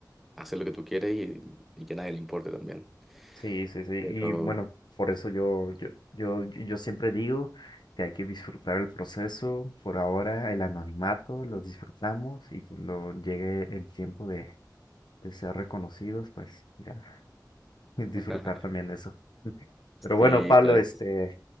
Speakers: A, in the centre; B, on the left (about 80°).
A: hacer lo que tú quieres y, y que a nadie le importe también.
B: Sí, sí, sí.
A: Pero
B: Y bueno, por eso yo, yo, yo, yo siempre digo que hay que disfrutar el proceso. Por ahora, el anonimato lo disfrutamos y cuando llegue el tiempo de, de ser reconocidos, pues ya <laughs> disfrutar
A: <laughs>
B: también eso. <laughs> Pero bueno,
A: sí,
B: Pablo,
A: claro,
B: este,